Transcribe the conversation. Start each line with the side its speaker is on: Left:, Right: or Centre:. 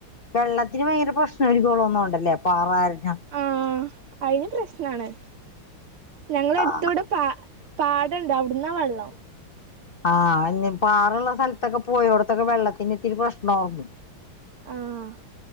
Left: വെള്ളത്തിന് ഭയങ്കര പ്രശ്നമായിരികും <unintelligible> ലെപാറ കാരണം
Right: ആഹ് അയ്ന് പ്രശ്നാണ് ഞങ്ങളെ
Left: ആഹ്
Right: എട്ത്തിവിടെ ക കാട്ണ്ട് അവിട്ന്നാ വെള്ളം
Left: ആഹ് ന്നി പാറള്ള സ്ഥലത്തൊക്കെ പോയോടത്തൊക്കെ വെള്ളത്തിന് ഇത്തിരി പ്രശ്നമാകും
Right: ആഹ്